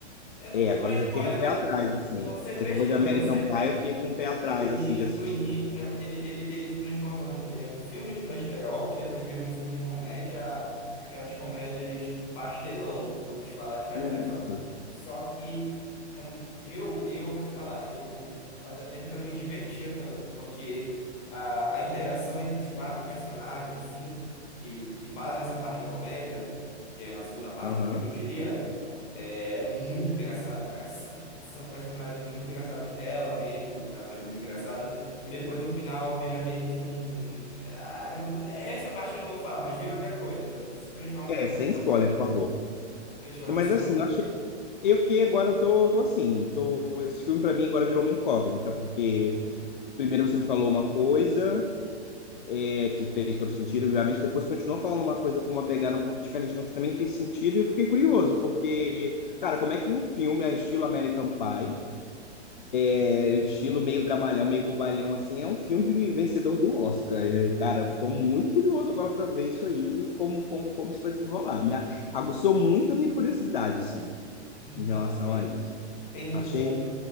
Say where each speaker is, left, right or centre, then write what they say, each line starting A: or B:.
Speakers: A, on the left (about 20°); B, on the left (about 45°).
A: é, não,
B: É, agora
A: não é
B: eu
A: spoiler,
B: já fiquei com o pé
A: mas
B: atrás, assim.
A: vão ser
B: Você
A: três
B: falou
A: coisas.
B: de American
A: Vão ser
B: Pie, eu fiquei com o pé atrás,
A: o início,
B: assim, de assistir.
A: o início, ele, ele, ele se transforma num, ele é um filme de besterol que depois vira um filme de comédia, aquelas comédias pastelão, eu vou te falar de verdade,
B: Nossa,
A: só que, só que é um- eu, eu vou te falar, eu hum, fazia tempo que eu não me divertia tanto, porque a, a interação entre os quatro personagens, assim, que, que fazem essa parte da comédia, que é a segunda parte
B: aham.
A: do filme, eu diria, é muito engraçada, cara. São, são personagens muito engraçados. Ela mesma, sabe? É muito engraçada. E depois no final vira meio que um. Ah, não- Essa parte eu não vou falar, mas vira outra coisa também. Se transforma
B: É,
A: de novo.
B: sem
A: Então,
B: spoiler,
A: se
B: por favor.
A: transforma
B: Mas
A: de novo.
B: assim, eu achei. Eu fiquei agora, tô, tô assim, tô, esse filme pra mim agora virou uma incógnita, porque primeiro você me falou uma coisa é, que fez todo sentido, obviamente, depois continuou falando uma coisa com uma pegada um pouco diferente, mas que também fez sentido, e eu fiquei curioso, porque, cara, como é que um filme a estilo American Pie é, o estilo meio dramalhão, meio bobalhão, assim, é um filme vencedor do Oscar. É, cara, estou muito curioso agora para ver isso aí, como, como, como isso vai desenrolar. Me a- aguçou muito a minha curiosidade, assim,
A: Então,
B: em relação
A: tem,
B: a isso.
A: tem um
B: Achei,
A: ponto.